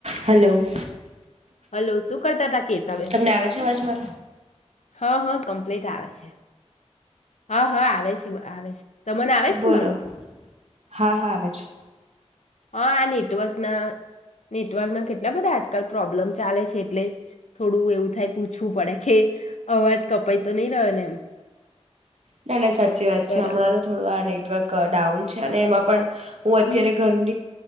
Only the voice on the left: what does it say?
Hello શું કરતા હતા કેસાબેન?
હા હા કમ આવે છે હ હ આવે આવે છે આવે છે. તમને
ને મારો
હા આ નેટવર્કના નેટવર્કના કેટલા બધા આજકાલ પ્રોબ્લેમ ચાલે છે એટલે થોડું એવું થાય પૂછવું પડે કે અવાજ કપાય તો નહી રહ્યો ને એમ.
બરાબર
હમ